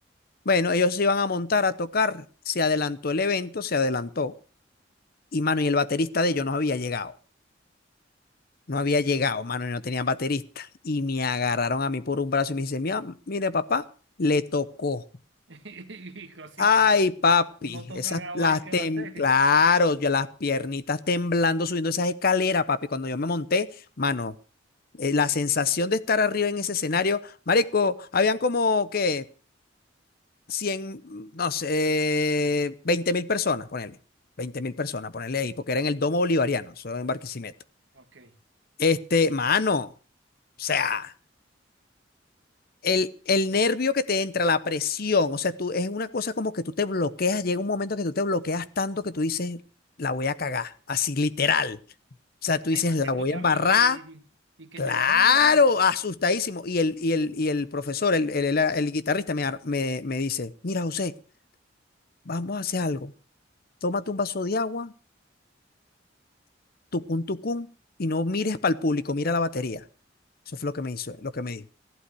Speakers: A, on the left (about 50°); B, on the right (about 70°).
A: Bueno, ellos se iban a montar a tocar, se adelantó el evento, se adelantó. Y mano, y el baterista de ellos no había llegado. No había llegado, mano, y no tenían baterista. Y me agarraron a mí por un brazo y me dicen, mira, mire, papá, le tocó.
B: Y así,
A: Ay,
B: que
A: papi,
B: uno toca
A: esas
B: gao
A: las
B: ahí, ¿qué
A: tem-
B: va a hacer?
A: claro, yo las piernitas temblando subiendo esas escaleras, papi. Cuando yo me monté, mano, eh, la sensación de estar arriba en ese escenario, marico, habían como que 100, no sé, eh, veinte mil personas, ponele, veinte mil personas, ponele ahí, porque era en el Domo Bolivariano, eso en Barquisimeto.
B: Ok.
A: Este, mano, o sea, el, el nervio que te entra, la presión, o sea, tú, es una cosa como que tú te bloqueas, llega un momento que tú te bloqueas tanto que tú dices, la voy a cagar, así literal. O sea, tú
B: Ay,
A: dices,
B: más
A: la
B: siendo
A: voy
B: chamito
A: a embarrar
B: y, y y que
A: Claro,
B: te agarran de la nada.
A: asustadísimo. Y el, y el, y el profesor, el, el- el- el guitarrista, me, ar- me, me dice, mira, José, vamos a hacer algo. Tómate un vaso de agua, tucún, tucún, y no mires para el público, mira la batería. Eso fue lo que me hizo, lo que me dijo.